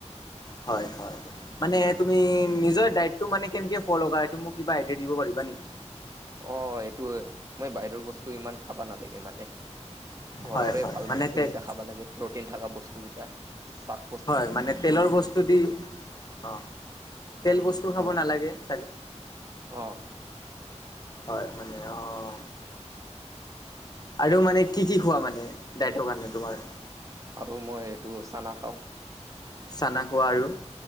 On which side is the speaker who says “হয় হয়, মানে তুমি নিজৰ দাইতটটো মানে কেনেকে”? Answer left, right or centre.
Left